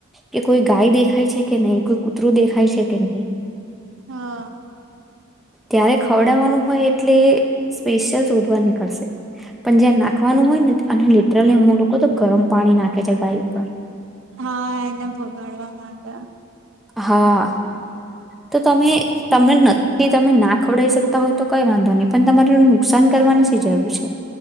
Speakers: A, in the centre; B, on the right.
A: કે કોઈ ગાય દેખાય છે કે નહીં. કોઈ કૂતરું દેખાય છે કે નહી.
B: હા
A: ત્યારે ખ ખવડાવવાનું હોય એટલે સ્પેશિયલ શોધવા નીકળશે પણ જ્યાં નાખવાનું હોય ને અને લિટરલી અમુ લોકો તો ગરમ પાણી નાખ કે છે ગાય ઉપર.
B: હા, એને ભોગાડવા માટે.
A: હા. તો તમે તમને નથી તમે ના ખવડઈ શકતા હોય તો કઈ વાંધો નહીં પણ તમારે નુકસાન કરવાની શી જરૂર છે?